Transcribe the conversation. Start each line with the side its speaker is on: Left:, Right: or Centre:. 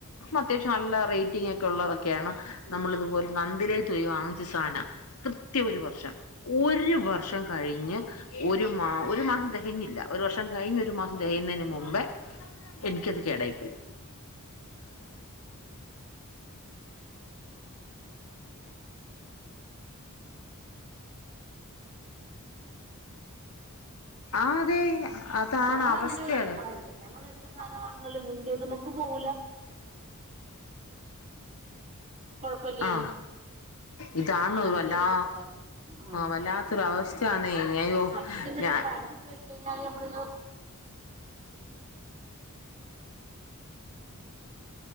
Left: അത്യാവശ്യം നല്ല റേറ്റിംഗ് ഒക്കെ ഉള്ളതൊക്കെയാണ് നമ്മളിതുപോലെ
Right: ആഹ്
Left: നന്തിലയാത്ത് പോയി വാങ്ങിച്ച സാധന കൃത്യ ഒരു
Right: അതെ
Left: വർഷം ഒരു
Right: ആഹ്
Left: വർഷം കഴിഞ്ഞ് ഒരു മാ ഒരു മാസം തികഞ്ഞില്ല ഒരു വർഷം കഴിഞ്ഞ് ഒരു മാസം തികുന്നതിന് മുമ്പേ എനിക്കത് കേടായി പോയി
Right: <inaudible> <inaudible> <inaudible>
Left: ആ അതെ അതാണ്
Right: ഞങ്ങള്
Left: അവസ്ഥയത്
Right: ഞങ്ങനെ വേടിക്കണത് ഞങ്ങൾ എന്ത് സാധനമാണെങ്കിലും മുൻന്തേ തിമ്മക്ക്പോ <inaudible> കൊഴപ്പില്ലേനും
Left: ആ ഇതാണ്
Right: ആ അങ്ങനെയ
Left: വല്ലാ
Right: വേടിക്കാറ് ആ
Left: വല്ലാത്തൊരു അവസ്ഥയാന്നേ അയ്യോ
Right: പിന്നെ എന്തെന്ന് വെച്ചാല
Left: ഞാൻ
Right: കറൻ്റ് പോയി കഴിഞ്ഞാൽ നമ്മള്